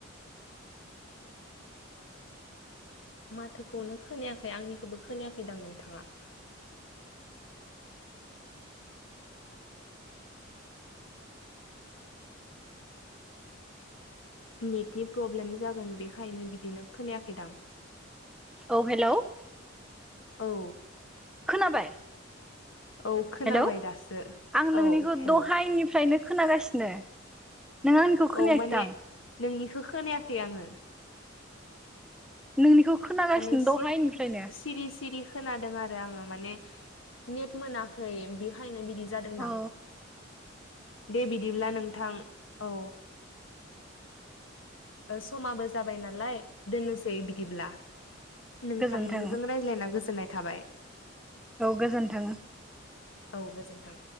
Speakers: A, on the left (about 75°); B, in the centre.
A: माथोखौनो खोनायाखै आंनिखौबो खोनायाखैदां नोंथाङा नेटनि प्रब्लेम जागोन बेखायनो बिदिनो खोनायाखैदां
B: औ हेल'
A: औ
B: खोनाबाय
A: औ खोनाबाय
B: हेलौ
A: दासो
B: आं नोंनिखौ
A: औ हेल'
B: दहायनिफ्रायनो खोनागासिनो नों आंनिखौ खोनायाखै
A: औ माने
B: दां
A: नोंनिखौ खोनायाखै आङो
B: नोंनिखौ खोनागासिनो
A: माने सि
B: दहायनिफ्रायनो
A: सिरि सिरि खोनादों आरो आङो माने नेट मोनाखै बेखायनो बिदि जादों दां
B: औ
A: दे बिदिब्ला नोंथां औ समाबो जाबाय नालाय दोननोसै बिदिब्ला। नोंथांजों
B: गोजोन्थों
A: रायज्लायना गोजोननाय थाबाय
B: औ गोजोन थों।
A: औ गोजोन्थों।